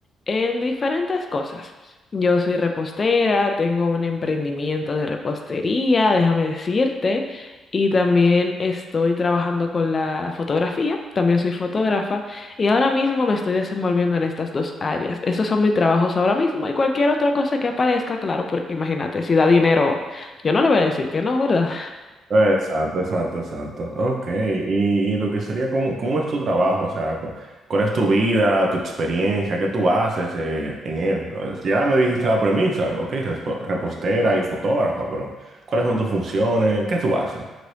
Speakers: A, on the left; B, on the right.
A: en diferentes cosas. Yo soy repostera, tengo un emprendimiento de repostería, déjame decirte, y también estoy trabajando con la fotografía, también soy fotógrafa, y ahora mismo me estoy desenvolviendo en estas dos áreas. Esos son mis trabajos ahora mismo y cualquier otra cosa que aparezca, claro, porque imagínate, si da dinero, yo no le voy a decir que no, ¿verdad?
B: Exacto, exacto, exacto. Ok, y, y lo que sería, ¿cómo, cómo es tu trabajo? O sea, cu- ¿cuál es tu vida, tu experiencia? ¿Qué tú haces eh, en él? Eh, Ya me dijiste la premisa, ok, respo- repostera y fotógrafa, pero ¿cuáles son tus funciones? ¿Qué tú haces?